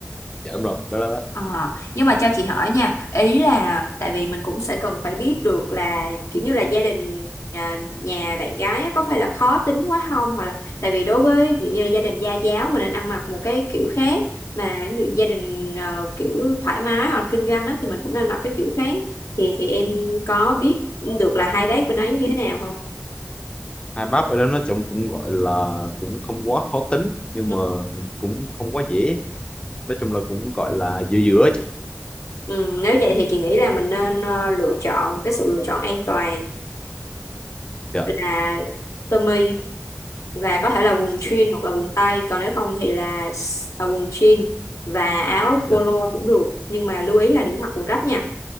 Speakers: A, on the left; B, on the left.
A: dạ đúng rồi đó đó, đó.
B: À, nhưng mà cho chị hỏi nha, ý là tại vì mình cũng sẽ cần phải biết được là kiểu như là gia đình à, nhà bạn gái á, có phải là khó tính quá không hoặc là tại vì đối với ví dụ như là gia đình gia giáo mình nên ăn mặc một cái kiểu khác mà ví dụ gia đình ờ, kiểu thoải mái hoặc là kinh doanh đó thì mình cũng nên mặc cái kiểu khác thì thì em có biết được là hai bác bên ấy như thế nào không?
A: hai bác ở đó nói chung cũng gọi là cũng không quá khó tính nhưng
B: Ừ,
A: mà cũng không quá dễ nói chung là cũng gọi là giữa giữa chị
B: Ừ, nếu vậy thì chị nghĩ là mình nên ờ, lựa chọn cái sự lựa chọn an toàn
A: Dạ.
B: là sơ mi và có thể là quần jean
A: Dạ.
B: hoặc là quần tây còn nếu không thì là, s- là quần jean và áo
A: Dạ.
B: polo cũng được nhưng mà lưu ý là đừng mặc quần rách nha